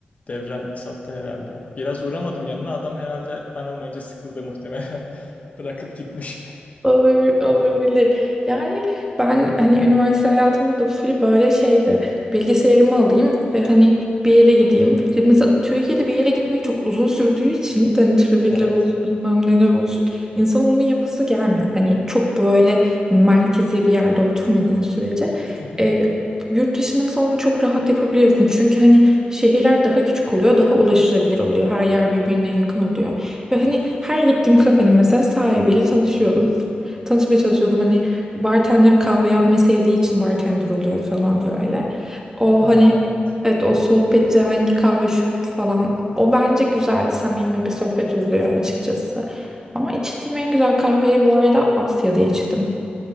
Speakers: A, on the left; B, on the right.
A: devren sattı herhalde. Biraz uğramadım yanına. Adam herhalde ben olmayınca sıkıldı muhtemelen. <laughs> Bırakıp gitmiş.
B: Olabi- Olabilir. Yani ben hani üniversite hayatımda da full böyle şeydi. Bilgisayarımı alayım ve hani bir yere gideyim. Şimdi mesela Türkiye'de bir yere gitmek çok uzun sürdüğü için hani trafikler
A: Evet.
B: olsun bilmem neler olsun. insan onun yapası gelmiyor. Hani çok böyle merkezi bir yerde oturmadığın sürece.
A: Hı hı.
B: E, yurt dışında mesela onu çok rahat yapabiliyorsun. Çünkü hani şehirler daha küçük oluyor, daha ulaşılabilir oluyor. Her yer birbirine yakın oluyor. Ve hani her gittiğim kafenin mesela sahibiyle tanışıyordum tanışmaya çalışıyordum. Hani bartender kahve yapmayı sevdiği için bartender oluyor falan böyle. O
A: Ha,
B: hani
A: evet.
B: evet o sohbette hangi kahve şu falan o bence güzel samimi bir sohbet oluyor açıkçası. Ama içtiğim en güzel kahveyi bu arada Asya'da içtim.